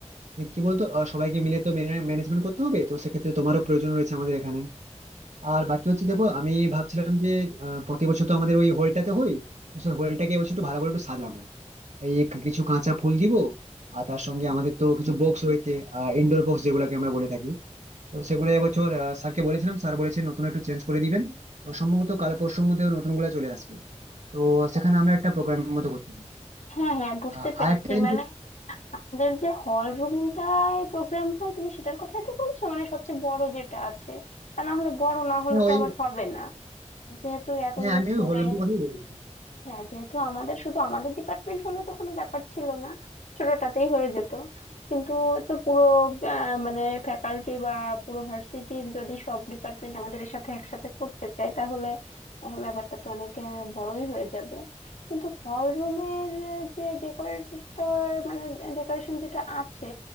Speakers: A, on the right; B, on the left.
A: মানে কি বলতো আহ, সবাইকে মিলে তো ম্যানেজমেন্ট করতে হবে তো সেক্ষেত্রে তোমারও প্রয়োজন রয়েছে আমাদের এখানে আর বাকি হচ্ছে দেখো আমি ভাবছিলাম যে আহ, প্রতি বছর তো আমাদের ওই হলটাতে হয় তো সেই হলটাকে এবছর একটু ভালো করে একটু সাজাবো ওই এক- কিছু কাঁচা ফুল দিব আর তার সঙ্গে আমাদের তো কিছু বক্স রয়েছে ইনডোর বক্স যেগুলোকে আমরা বলে থাকি তো সেগুলো এবছর স্যারকে বলেছিলাম স্যার বলেছেন নতুন একটু চেঞ্জ করে দিবেন তো সম্ভবত কাল পরশুর মধ্যে ওই নতুনগুলা চলে আসবে তো সেখানে আমরা একটা প্রোগ্রামের মতো করতে পারি
B: হ্যাঁ হ্যাঁ বুঝতে
A: আহ,
B: পেরেছি
A: আর একটা জিনিস-
B: মানে আমাদের যে হল রুমটায় প্রোগ্রাম হয় তুমি সেটার কথাই তো বলছো মানে সবচেয়ে বড় যেটা আছে তা না হলে বড় না হলে
A: হ্যাঁ
B: তো
A: ওই
B: আবার হবে না যেহেতু এতগুলো
A: হ্যাঁ আমিও
B: স্টুডেন্ট
A: হলুদটার কথাই বলছি
B: হ্যাঁ যেহেতু আমাদের শুধু আমাদের ডিপার্টমেন্ট হলে তো কোনো ব্যাপার ছিল না ছোটটাতেই হয়ে যেত কিন্তু তো পুরো আহ, মানে ফ্যাকাল্টি বা পুরো ভার্সিটির যদি সব ডিপার্টমেন্ট আমাদের এর সাথে একসাথে করতে চায় তাহলে আহ, ব্যাপারটা তো অনেক আহ, বড়ই হয়ে যাবে কিন্তু হল রুমের যে ডেকোরেটর মানে ডেকোরেশন যেটা আছে